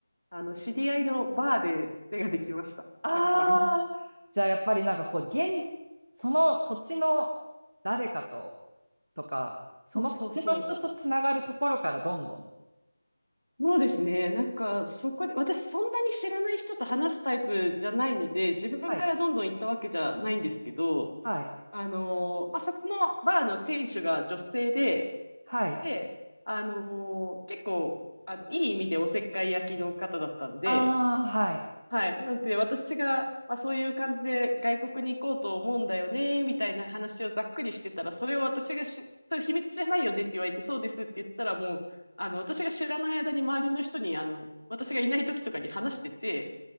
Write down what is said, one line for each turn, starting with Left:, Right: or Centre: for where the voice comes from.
Left: あの、知り合いのバーでつてができました。
Right: ああー、
Left: たくさん。
Right: じゃあやっぱりなんかこう、現、その土地の誰かととか、その土地の人とつながるところからどんどん。
Left: そうそうそう。そうですね。なんか、そこで、私そんなに知らない人と話すタイプじゃないので、自分からどんどん行ったわけじゃないんですけど、
Right: はい。はい。
Left: あのーまあ、そこのバーの店主が女性で、
Right: はい。
Left: で、あのー結構、あの、いい意味でおせっかい焼きの方だったんで、
Right: ああ、はい。
Left: はい。なんで、私が、まあ、そういう感じで外国に行こうと思うんだよね、みたいな話をざっくりしてたら、それを私がし、それ秘密じゃないよねって言われて、そうですって言ったら、もう、あの、私が知らない間に周りの人に、あの、私がいない時とかに話してて、